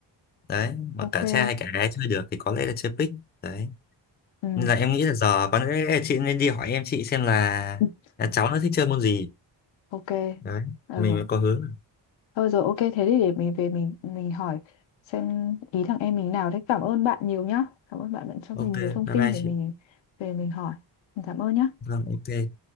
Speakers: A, on the left (about 25°); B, on the left (about 80°).
A: đấy mà
B: ok.
A: cả trai cả gái chơi được thì có lẽ là chơi pick đấy
B: Ừ,
A: nên là em nghĩ là giờ có lẽ là chị nên đi hỏi em chị xem là,
B: <laughs>
A: là cháu nó thích chơi môn gì
B: ok.
A: đấy
B: Ừ.
A: mình mới có hướng
B: Thôi rồi ok thế thì để mình về mình mình hỏi xem ý thằng em mình nào đấy. Cảm ơn bạn nhiều nhá. Cảm ơn bạn đã cho mình
A: ok
B: nhiều thông
A: bye
B: tin
A: bye
B: để
A: chị
B: mình về mình hỏi. Mình cảm ơn nhá.
A: vâng ok